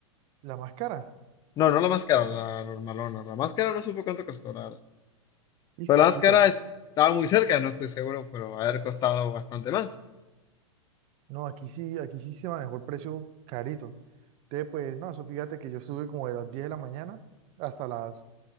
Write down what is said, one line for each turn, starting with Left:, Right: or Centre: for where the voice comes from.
Right: La más cara.
Left: No, no la más cara, la normalona. La más cara no supe cuánto costó, la verdad.
Right: Hijo
Left: Pero la
Right: de
Left: más
Right: pucha.
Left: cara
Right: bro.
Left: estaba muy cerca, no estoy seguro, pero haber costado bastante más.
Right: No, aquí sí, aquí sí se manejó el precio carito. Entonces, pues, no, eso fíjate que yo estuve como de las 10 de la mañana hasta las,